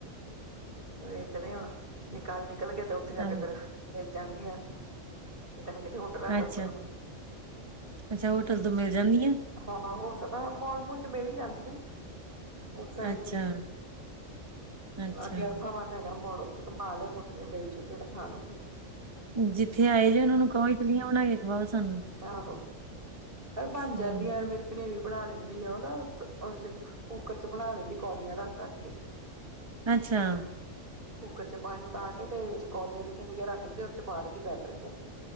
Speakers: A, on the right; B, on the right.
A: ਵੇਖਦੇ ਹੁਣ ਜੇ ਕੱਲ੍ਹ ਨਿਕਲਗੇ ਤੇ ਉੱਥੇ ਜਾ
B: ਹਾਂ,
A: ਕੇ ਫੇਰ ਮਿਲ ਜਾਣਗੀਆਂ। ਕਿਤੇ ਨਾਂ ਕਿਤੇ ਹੋਟਲ-ਹਾਟਲ
B: ਅੱਛਾ
A: ਤੋਂ।
B: ਅੱਛਾ, ਹੋਟਲ ਤੋਂ ਮਿਲ ਜਾਂਦੀਆਂ?
A: ਹਾਂ ਹੋ ਸਕਦਾ ਮੋਲ-ਮੂਲ ਚੋਂ ਮਿਲ ਈ ਜਾਂਦੀਆਂ, ਬੋਤ ਸਾਈਡ।
B: ਅੱਛਾ ਅੱਛਾ
A: ਲਾਗੇ ਐਥੈ ਵਨ ਹੈਗਾ ਮੋਲ ਉੱਥੇ ਘਮਾਂ ਲਿਆਓਂ ਉੱਥੇ ਮਿਲਜੂ। ਫਿਰ ਖਾਲੂਗੀ।
B: ਜਿੱਥੇ ਆਏ ਜੋ ਓਨਾਂ ਨੂੰ ਕੋ ਇਟਲੀਆਂ ਬਣਾ ਕੇ ਖਾਵਾਓ ਸਾਨੂੰ।
A: ਆਹੋ। ਬਣ
B: ਹਮ,
A: ਜਾਂਦੀਆ ਮੇਰੀ ਪਨੇਵੀਂ ਬਣਾ ਲੈਂਦੀ ਆ। ਓ ਨਾਂ ਓਦੇ ਚ ਕੁੱਕਰ ਚ ਬਣਾ ਲੈਂਦੀ ਕੋਲੀਆਂ ਰੱਖ-ਰੱਖ ਕੇ।
B: ਅੱਛਾ
A: ਕੁੱਕਰ ਚ ਪਾਣੀ ਪਾ ਕੇ ਤੇ ਏਦੇ ਚ ਕੌਲੀਆਂ ਨਿੱਕਿਆ-ਨਿੱਕਿਆਂ ਰੱਖ ਲੈਂ ਤੇ ਓਦਚ ਪਾ ਲੈਂਦੀ ਬੈਟਰ ਚ।